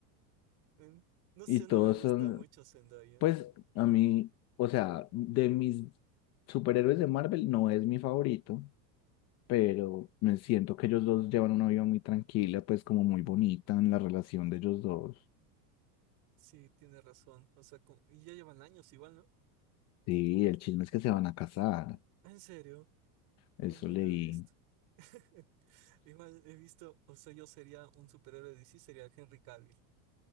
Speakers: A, on the right (about 45°); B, on the left (about 30°).
A: eh, no
B: Y
A: sé,
B: todos
A: no me gusta
B: son,
A: mucho Zendaya.
B: pues a mí, o sea, de mis superhéroes de Marvel no es mi favorito, pero me siento que ellos dos llevan una vida muy tranquila, pues como muy
A: Mm,
B: bonita en la relación de ellos dos.
A: sí, tiene razón. O sea, co- y ya llevan años igual, ¿no?
B: Sí, el chisme es que se van a casar,
A: Ah, ¿En serio? No,
B: eso
A: no
B: leí.
A: había visto. <laughs> Igual he visto, o sea, yo sería un superhéroe de DC, sería Henry Cavill.